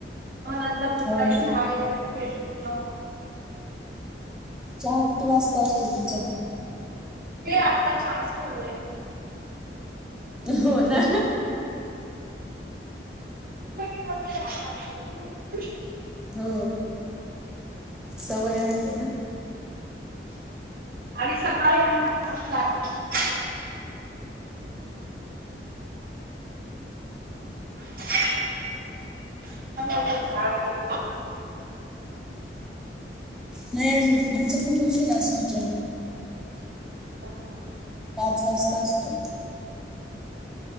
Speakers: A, on the right; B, in the centre.
A: मला आता दुपारी
B: हो ना
A: चहा वगैरे <unintelligible> हा
B: चहा किती वाजता असतो तुमचा
A: हे आत्ता चहाच ठेवलाय मी
B: हो ना
A: <unintelligible>
B: हो, सवय असते ना?
A: आणि सकाळी आ <unintelligible> <unintelligible> मग होतो चहा वगैर
B: नाही अजून आमचा खूप उशीरा असतो चहा
A: अच्छा
B: पाच वाजता असतो